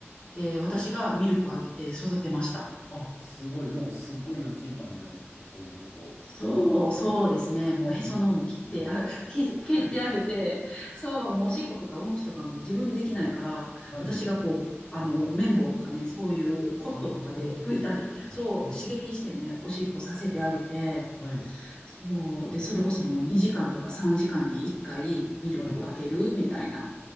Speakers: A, on the left; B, on the left.
A: で、私がミルクあげて育てました。
B: あ、すごい。もうすっごい懐いたんじゃないですか、そうなると。
A: そう、そうですね。
B: かわいいですね。
A: もうへその緒も切って、あ、け、
B: はい。
A: 蹴ってあげて、そう、もうおしっことかうんちとかも自分でできないから、
B: はい。
A: 私がこう、あの、綿棒とかね、そういうコットンとかで拭いたり、
B: ああ、そ
A: そう、
B: っか。はい。
A: 刺激してね、おしっこさせてあげて、
B: はい。
A: そう、で、それこそもう2時間とか3時間に1回ミルクあげるみたいな、
B: はい。